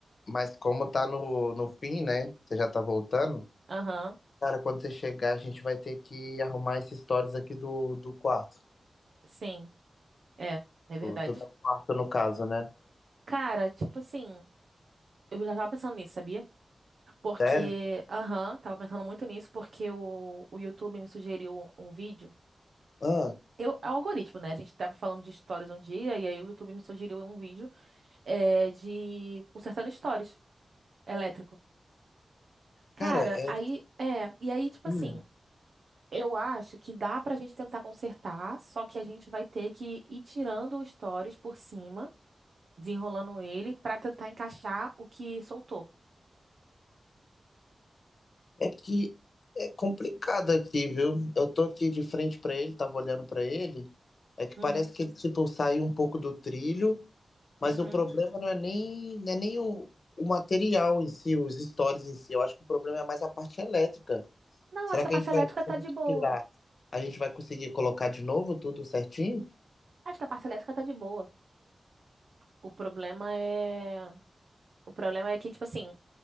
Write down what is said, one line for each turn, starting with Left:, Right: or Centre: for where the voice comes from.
Left: mas como tá no, no fim, né? Você já tá voltando.
Right: Aham,
Left: Cara, quando você chegar, a gente vai ter que arrumar esses stories aqui do, do quarto,
Right: sim. É, é verdade.
Left: do, do meu quarto no caso, né?
Right: Cara, tipo assim, eu já tava pensando nisso, sabia? Porque,
Left: Sério?
Right: aham, tava pensando muito nisso porque o, o YouTube me sugeriu um, um vídeo.
Left: Ah,
Right: Eu, é o algoritmo, né? A gente tava falando de histórias um dia e aí o YouTube me sugeriu um vídeo é, de consertando stories elétrico. Cara,
Left: cara, é,
Right: aí é, e aí, tipo
Left: hum,
Right: assim, eu acho que dá pra gente tentar consertar, só que a gente vai ter que ir tirando os stories por cima, desenrolando ele, pra tentar encaixar o que soltou.
Left: é que é complicado aqui, viu? Eu tô aqui de frente pra ele, tava olhando pra ele. É que
Right: Uhum,
Left: parece que ele, tipo, saiu um pouco do trilho. Mas
Right: uhum.
Left: o problema não é nem, não é nem o, o material em si, os stories em si. Eu acho que o problema é mais a parte elétrica.
Right: Não,
Left: Será
Right: acho que
Left: que
Right: a parte
Left: a gente
Right: elétrica
Left: vai, se
Right: tá
Left: a gente
Right: de boa.
Left: tirar, a gente vai conseguir colocar de novo tudo certinho?
Right: Acho que a parte elétrica tá de boa. O problema é. O problema é que, tipo assim,